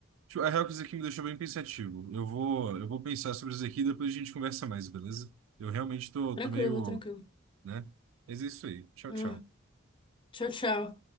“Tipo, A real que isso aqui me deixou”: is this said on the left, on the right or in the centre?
Right